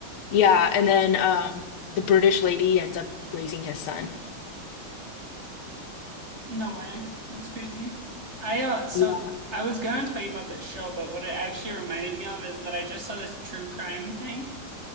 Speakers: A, on the left; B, on the right.
A: Yeah, and then um the British lady ends up raising his son.
B: No way. That's crazy. I uh so
A: Yeah.
B: I was gonna tell you about this show, but what it actually reminded me of is that I just saw this true crime thing,